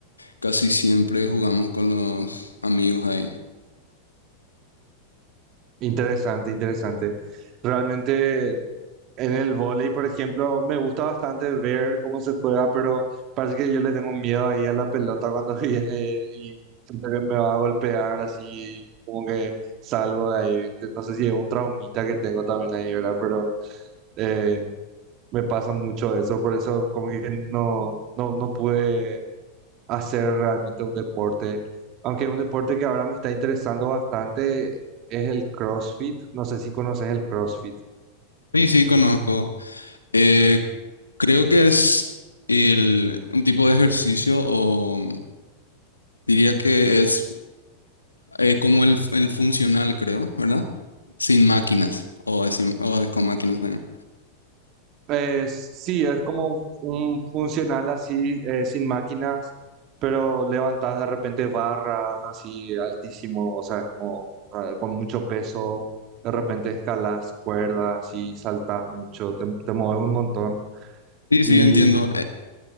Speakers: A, on the left; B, on the right.
A: casi siempre jugamos con los amigos ahí.
B: Interesante, interesante. Realmente en el vóley, por ejemplo, me gusta bastante ver cómo se juega, pero parece que yo le tengo miedo ahí a la pelota cuando <laughs> viene y siento que me va a golpear así, como que salgo de ahí. Te- No sé si es un traumita que tengo también ahí, ¿verdad? Pero eh, me pasa mucho eso, por eso como que no, no, no pude hacer realmente un deporte. Aunque un deporte que ahora me está interesando bastante es el CrossFit. No sé si conoces el CrossFit.
A: Sí, sí, conozco. Eh, creo que es el, un tipo de ejercicio o diría que es eh, como el, el funcional, creo, ¿verdad? Sin máquinas o, sin- o con máquinas también.
B: Es, sí, es como un, un funcional así, eh, sin máquinas, pero levantas de repente barras así altísimo, o sea, como eh, con mucho peso. De repente escalas cuerdas y saltas mucho, te, te mueves un montón.
A: Sí,
B: Y
A: sí, entiendo. Eh,